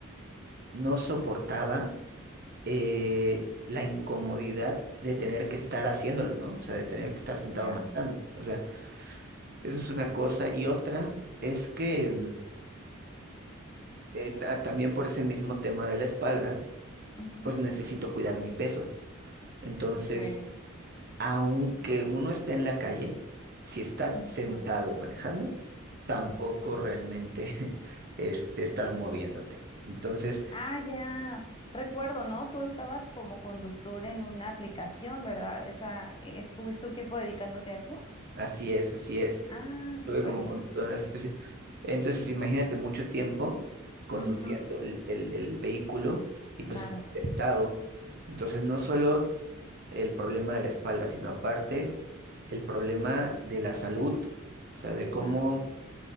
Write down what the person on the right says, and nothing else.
no soportaba eh, la incomodidad de tener que estar haciéndolo, ¿no? O sea, de tener que estar sentado
manejando. O sea, eso es una cosa. Y otra es que mm, eh, ta- también por ese mismo tema de la espalda,
pues necesito cuidar mi peso. Entonces,
aunque uno esté en la calle, si estás
sentado manejando, tampoco realmente <laughs> este, estás moviéndote. Entonces,
así es, así es.
Estuve
como
conductor en la situación. Entonces, imagínate mucho tiempo conduciendo
el, el, el vehículo y pues
estás sentado. Entonces, no solo el problema de la espalda, sino aparte el problema de la salud, o sea, de cómo